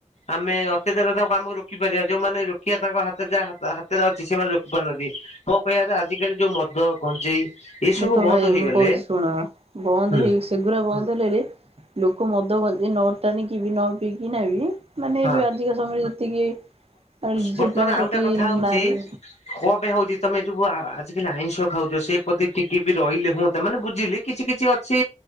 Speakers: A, on the left; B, on the right.
A: ଆମେ ଅତ୍ୟାଚାର ତାଙ୍କୁ ଆମକୁ ରୋକିପାରିବା ଯୋଉମାନେ ରୋକିବା ତାଙ୍କ ହାତରେ ଯା ହାତରେ ଅଛି ସେମାନେ ରୋକି ପାରୁନାହାନ୍ତି। ମୋ କହିବା କଥା ଆଜିକାଲି ଯୋଉ ମଦ, ଗଞ୍ଜେଇ ଏଇ ସବୁ
B: ଦେଖ
A: ବନ୍ଦ
B: ଭାଇ
A: ହେଇଗଲେ
B: ମୁଁ କହୁଛି ଶୁଣ ବନ୍ଦ
A: ହୁଁ
B: ହେଇସି ସେଗୁଡ଼ା ବନ୍ଦ ହେଲେରେ ଲୋକ ମଦ, ଗଞ୍ଜେଇ ନ ଟାଣିକି ବି ନ ପିଇକିନା ବି ମାନେ
A: ହଁ
B: ଏବେ ଆଜିକା ସମୟରେ ଯେତିକି ଝିଅ
A: ବର୍ତ୍ତମାନ
B: ପିଲାଙ୍କ
A: ଆଉ
B: ପ୍ରତି
A: ଗୋଟେ କଥା ହଉଛି
B: ନାରୀ
A: କଣ ପାଇଁ ହଉଚି ତମେ ଯୋ ଆଜିକାଲି ଆଇଁଷ ଖାଉଛ ସେ ପ୍ରତି ଟିକେ ବି ରହିଲେ ହୁଅନ୍ତା ମାନେ ବୁଝିଲି। କିଛି କିଛି ଅଛି